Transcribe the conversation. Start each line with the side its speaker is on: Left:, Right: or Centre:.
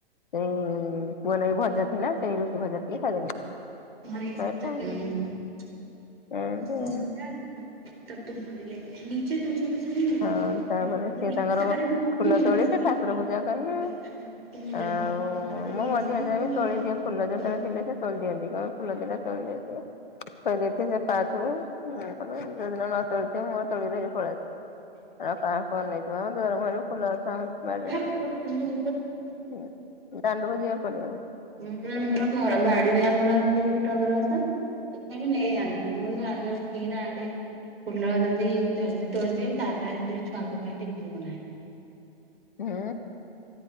Left: ସେଇ ପୁଅ ନାଗି ଭଜା ଥିଲା ସେଇ ରୁଟି ଭଜା ଟିକେ ଖାଇଦେଲି।
Right: ଉଁ ହୁଁ।
Left: ସଇଲା
Right: ନିଚେ
Left: ଆଉ
Right: ତ ଅଛୁ ଆମେ ସେ
Left: ଏମିତି
Right: ନେହିଁ
Left: ଆଉ।
Right: ହୋଗା ତୁମ୍ ଆଜ୍ ଅଭି ଆଚ୍ଛା ରୁକୋ ଆରେ ଅଭି
Left: ହଁ
Right: ନେହିଁ
Left: ତାପରେ
Right: ଅନା ସେ
Left: ସିଏ ତାଙ୍କର
Right: ବିପ୍ ନେଇଁ
Left: ଫୁଲ
Right: ହୋରା।
Left: ତୋଳିଲେ
Right: ତୁମ
Left: ଠାକୁର
Right: ଯାଓ
Left: ପୂଜା କଲେ
Right: ବାହାର ତୁମ୍ହାରା ଯବ୍ ବି
Left: ଆଉ
Right: ଏସା ହୋ
Left: ମୋ ମଝିଆ
Right: ତୁମର
Left: ଯା
Right: ଏନା
Left: ବି ତୋଳି
Right: ଜବ୍
Left: ଦିଏ ଫୁଲ
Right: ତୁମ୍
Left: ଯେତେବେଳେ
Right: ହାରୋଗେ।
Left: ଥିଲେ ସେ ତୋଳି ଦିଅନ୍ତି କଁ ଫୁଲଦିଟା ତୋଳି ଦିଅନ୍ତି ଥୋଇଦେଇଥିଏ ସେ ପାଆଛ ଓ ମୁଁ ଗଲେ ଯୋଉ ଦିନ ନ ତୋଳିଥିବେ ମୁଁ ତୋଳି ଧରି ପଳିଆ ଳ କାହାକୁ କଣ ନେଇଥିବ ଆମ ଦୁଆର ମୁହଁରେ ଫୁଲ ଗଛ ଆମ ବାଡ଼ିରେ।
Right: ଏ ଯା ହଉ କିନ୍ତୁ
Left: ହଁ ଦାଣ୍ଡକୁ ଯିବା ପଡିି଼ବନି।
Right: ଉଁ ଆମର ଘର ବାଡ଼ିରେ ଆମର ଅଛି ଗୋଟେ ଟଗର ଗଛ ହେଟାବି ନେଇଯାଆନ୍ତି ଉଁ ମୁଁ କହି ରାଲି ଉଠିକିନା ଆଗେ ଫୁଲ ଅଜ ଦେଇ ଜଲ୍ଦୀ ତୋଳିଦେବି ତାପରେ ଆସିବି ଛୁଆଙ୍କ ପାଇଁ ଟିଫିନ୍ ବନାଏ।
Left: ହୁଁ?